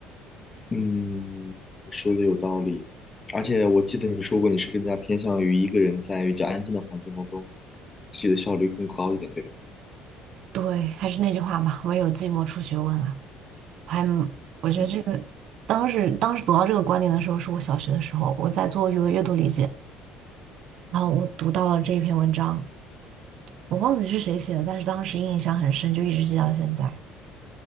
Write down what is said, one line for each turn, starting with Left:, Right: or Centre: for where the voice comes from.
Left: 嗯，你说的有道理，而且我记得你说过你是更加偏向于一个人在比较安静的环境当中，自己的效率更高一点，对吗？
Right: 对，还是那句话嘛，唯有寂寞出学问啊。我还蛮我觉得这个当时当时走到这个观点的时候，
Left: 嗯
Right: 是我小学的时候，我在做语文阅读理解，然后我读到了这一篇文章，我忘记是谁写的，但是当时印象很深，就一直记到现在。